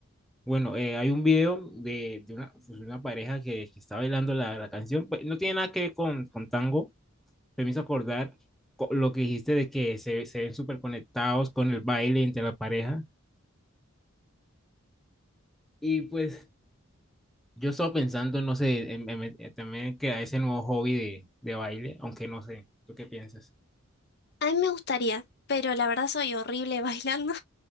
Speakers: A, in the centre; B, on the left.
A: Bueno, eh, hay un video de, de una, pues, una pareja que, que está bailando la, la canción, pues, no tiene nada que ver con, con tango, me hizo acordar co- lo que dijiste de que se, se ven súper conectados con el baile entre la pareja. Y pues yo estaba pensando, no sé, en- en- en- también que a ese nuevo hobby de, de baile, aunque no sé, ¿tú qué piensas?
B: A mí me gustaría, pero la verdad soy horrible <laughs> bailando.